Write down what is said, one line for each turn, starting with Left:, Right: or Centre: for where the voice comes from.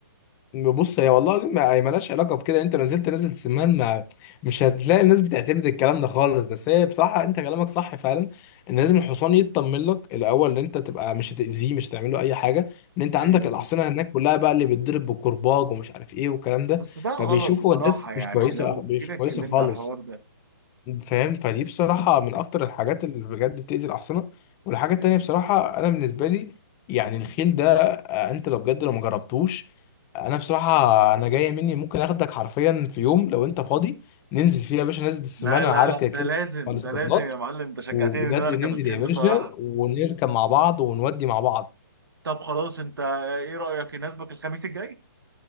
Left: بص هي والله العظيم ما ما لهاش علاقه بكده انت لو نزلت نازل سمان ما مش هتلاقي الناس بتعتمد الكلام ده خالص بس هي بصراحه انت كلامك صح فعلا ان لازم الحصان يطمن لك الاول ان انت تبقى مش هتاذيه مش هتعمل له اي حاجه ان انت عندك
Right: ايوه
Left: الاحصنه
Right: ايوه
Left: هناك كلها بقى اللي بتضرب بالكرباج ومش عارف ايه والكلام ده
Right: بس ده غلط
Left: فبيشوفوا
Right: بصراحه
Left: الناس
Right: يعني
Left: مش كويسه
Right: لو
Left: مش
Right: جينا
Left: كويسه
Right: اتكلمنا
Left: خالص
Right: على الحوار ده
Left: فاهم فدي بصراحة من أكتر الحاجات اللي بجد بتأذي الأحصنة والحاجة التانية
Right: إيه،
Left: بصراحة أنا بالنسبة لي يعني الخيل ده آه، أنت لو بجد لو مجربتوش أنا بصراحة أنا جاية مني ممكن أخدك حرفيا في يوم لو أنت فاضي ننزل فيه يا باشا نزلة السمان
Right: لا لا
Left: أنا عارف
Right: لا
Left: كده
Right: ده
Left: كده
Right: لازم
Left: على الاسطبلات
Right: ده لازم يا معلم انت شجعتني
Left: وبجد
Right: ان انا اركب
Left: ننزل
Right: الخيل
Left: يا باشا
Right: بصراحه
Left: ونركب مع بعض ونودي مع بعض
Right: طب خلاص انت ايه رايك يناسبك الخميس الجاي